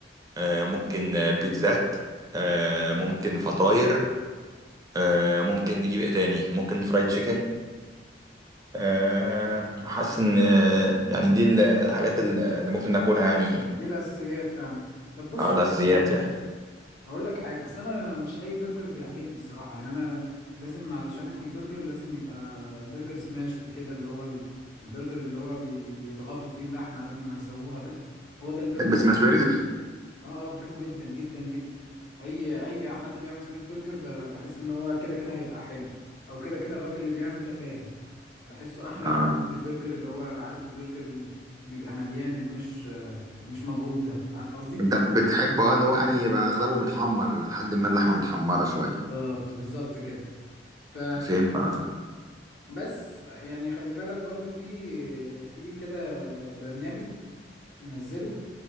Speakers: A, on the right (about 20°); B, on the left (about 65°).
A: آه، ممكن آه، بيتزات آه، ممكن فطاير آه، ممكن نجيب ايه تاني ممكن فرايد تشيكن آه، حاسس ان آه، يعني دي ال- الحاجات ال- اللي ممكن ناكلها يعني
B: دي الاساسيات فعلا طب بص
A: على
B: هقول
A: الاساسيات
B: لك
A: يعني
B: هقول لك حاجه اصل انا مش اي برجر بيعجبني الصراحه يعني انا لازم علشان اكل برجر لازم يبقى برجر سماشد كده اللي هو ال- البرجر اللي هو بي بيضغطوا فيه اللحمه قبل ما يسووها ده هو ده البرجر
A: بس سماش برجر
B: اه اه بحبه جدا جدا جدا اي اي حد بيعمل سماش برجر ب- بحس ان هو كده كده هيبقى حلو او كده كده الراجل اللي بيعمل ده فاهم بحسه احلى
A: اه
B: بكتير من البرجر اللي هو عارف البرجر اللي بيبقى مليان اللي مش آه، مش مضغوط ده عارف قصدي
A: انت بتحبه اه اللي هو يعني يبقى اغلبه متحمر لحد ما اللحمه متحمره شويه
B: بالظبط بالظبط كده ف
A: فهمت قصدك
B: بس يعني خلي بالك برضو في في كده برنامج منزله